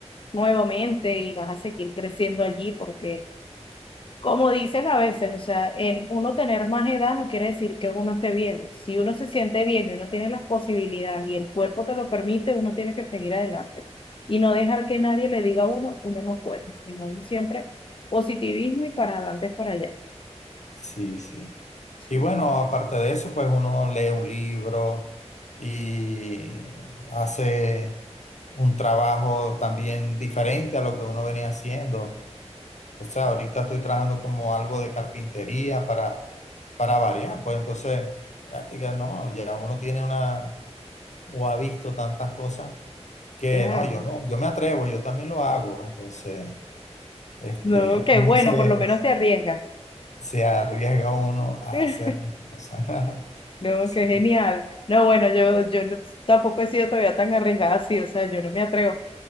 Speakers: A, on the left; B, on the left.
A: nuevamente y vas a seguir creciendo allí porque, como dicen a veces, o sea, el uno tener más edad no quiere decir que uno esté bien. Si uno se siente bien y uno tiene las posibilidades y el cuerpo te lo permite, uno tiene que seguir adelante y no dejar que nadie le diga a uno, uno no puede, sino uno siempre positivismo y para adelante es para allá.
B: Sí, sí.
A: Sí,
B: Y bueno,
A: no,
B: aparte de eso, pues uno lee un libro y hace un trabajo también diferente a lo que uno venía haciendo. O sea, ahorita estoy trabajando como algo de carpintería para, para variar. Pues entonces, práctica, no, ya uno tiene una, o ha visto tantas cosas que
A: claro.
B: no, yo no, yo me atrevo, yo también lo hago. Entonces, este,
A: No, qué
B: uno
A: bueno,
B: se,
A: por lo menos te arriesgas.
B: se arriesga uno a
A: <laughs>
B: hacer las cosas. <laughs>
A: No,
B: Sí,
A: qué genial. No, bueno, yo, yo no- tampoco he sido todavía tan arriesgada así, o sea, yo no me atrevo.